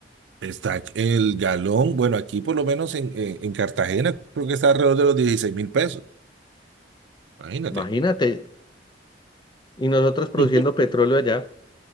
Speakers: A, on the right; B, on the left.
A: Está el galón. Bueno, aquí por lo menos en, en, en Cartagena creo que está alrededor de los dieciséis mil pesos. Imagínate.
B: Imagínate. Y nosotros produciendo
A: <laughs>
B: petróleo allá.